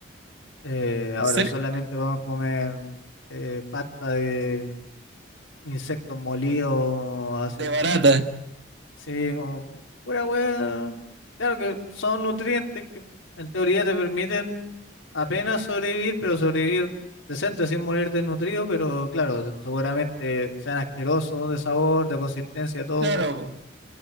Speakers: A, on the left; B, on the right.
A: Eh, ahora
B: ¿En serio?
A: solamente vamos a comer eh, pasta de insectos molidos, así
B: De
A: como
B: barata.
A: Sí, como pura wea. Claro que son nutrientes que en teoría te permiten apenas sobrevivir, pero sobrevivir decente sin morir desnutrido, pero claro, seguramente sean asquerosos de sabor, de consistencia, todo,
B: Claro,
A: pero
B: po.